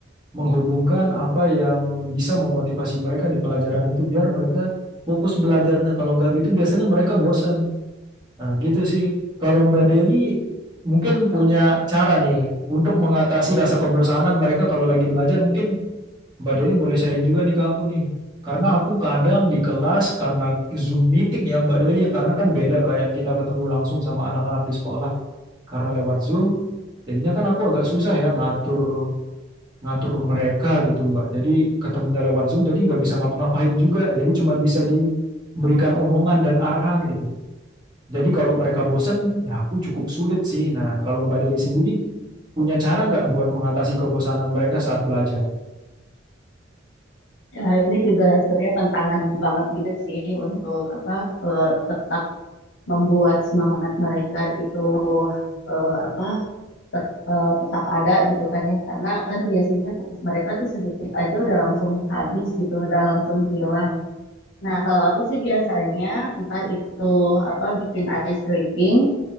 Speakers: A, on the right; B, on the left.
A: menghubungkan apa yang bisa memotivasi mereka di pelajaran itu biar mereka fokus belajarnya. Kalau nggak gitu biasanya mereka bosen. Nah, gitu sih. Kalau Mbak Deli mungkin punya cara nih untuk mengatasi rasa kebosanan mereka kalau lagi belajar. Mungkin Mbak Deli boleh sharing juga nih ke aku nih. Karena aku kadang di kelas karena Zoom meeting ya Mbak Deli, ya. karena kan beda kayak kita ketemu langsung sama anak-anak di sekolah karena lewat Zoom Jadinya kan aku agak susah ya ngatur ngatur mereka gitu Mbak. Jadi ketemunya lewat Zoom, jadi nggak bisa ngapa-ngapain juga. Jadi cuman bisa diberikan omongan dan arahan gitu. Jadi kalau mereka bosen, ya aku cukup sulit sih. Nah, kalau Mbak Deli sendiri punya cara nggak buat mengatasi kebosanan mereka saat belajar?
B: Nah, ini juga sebenarnya tantangan banget juga sih untuk apa eh, tetap membuat semangat mereka itu eh, apa tet- eh, tetap ada gitu kan ya karena kan biasanya fokus mereka tuh sedikit aja udah langsung habis gitu udah langsung hilang nah kalau aku sih biasanya entah itu apa bikin ice breaking